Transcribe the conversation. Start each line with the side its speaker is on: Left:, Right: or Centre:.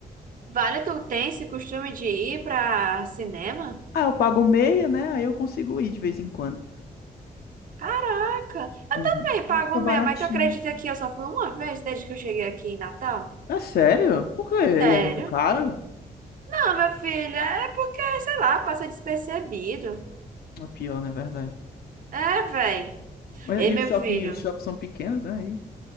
Right: Vale, tu tem esse costume de ir pra cinema?
Left: Ah, eu pago meia, né? Aí eu consigo ir de vez em quando.
Right: Caraca!
Left: Uhum.
Right: E aí, pago
Left: Fica
Right: mesmo,
Left: baratinho.
Right: mas tu acredita que eu só fui uma vez desde que eu cheguei aqui em Natal?
Left: É sério? Por quê? Aí
Right: Sério?
Left: é muito caro?
Right: Não, meu filho, é porque, sei lá, passa despercebido.
Left: É pior, na verdade.
Right: É, véi.
Left: Mas
Right: Ei,
Left: e
Right: meu
Left: os shopping,
Right: filho.
Left: os shoppings são pequenos, né? E-